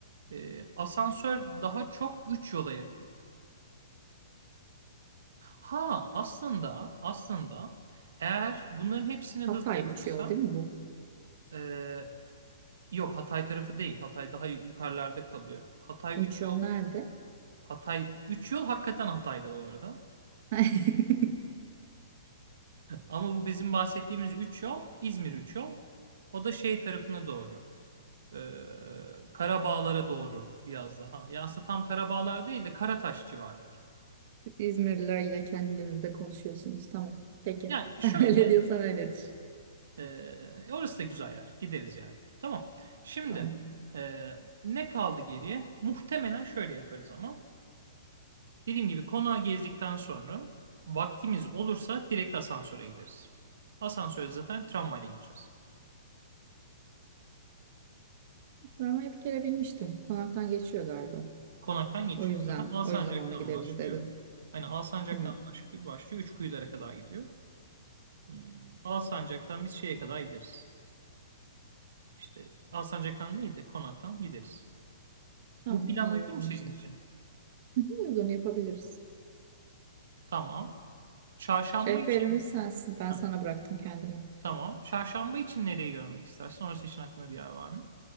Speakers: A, on the right; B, on the right.
A: e, asansör daha çok 3 yola yakın. Ha aslında aslında eğer bunların hepsini hızlı
B: Hatay
A: yaparsak
B: 3 yol değil mi bu?
A: e, yok Hatay tarafı değil. Hatay daha yuk- yukarılarda kalıyor. Hatay
B: 3
A: üç
B: yol
A: yol
B: nerede?
A: Hatay üç yol hakikaten Hatay'da bu arada.
B: <laughs>
A: Ama bu bizim bahsettiğimiz 3 yol İzmir 3 yol. O da şey tarafına doğru. E, Karabağlara doğru biraz daha. Ya aslında tam Karabağlar değil de Karataş civarları.
B: İzmirliler yine kendilerinizde konuşuyorsunuz. Tamam. Peki.
A: Yani şöyle
B: <laughs> Öyle diyorsan öyledir.
A: Ee, orası da güzel yer. Gideriz yani. Tamam. Şimdi
B: Tamam.
A: e, ne kaldı geriye? Muhtemelen şöyle yaparız ama. Dediğim gibi konağı gezdikten sonra vaktimiz olursa direkt asansöre gideriz. Asansöre zaten tramvayla gideceğiz.
B: Travmayı bir kere bilmiştim. Konaktan geçiyor galiba.
A: Konaktan geçiyor.
B: O yüzden,
A: Aha, Alsancak'tan
B: o yüzden onunla gideriz
A: başlıyor.
B: dedin.
A: Hani Alsancak'tan
B: Tamam,
A: baş, başlıyor. Üçkuyulara kadar gidiyor. Hmm, Alsancak'tan biz şeye kadar gideriz. İşte Alsancak'tan değil de konaktan gideriz.
B: tamam
A: Bu plan
B: olur
A: uygun
B: anlaştık.
A: mu senin için?
B: Hı hı, Uygun yapabiliriz.
A: Tamam. Çarşamba
B: Rehberimiz
A: için.
B: sensin. Ben
A: Ha,
B: sana bıraktım kendimi.
A: tamam. Çarşamba için nereyi görmek istersin? Orası için aklında bir yer var mı?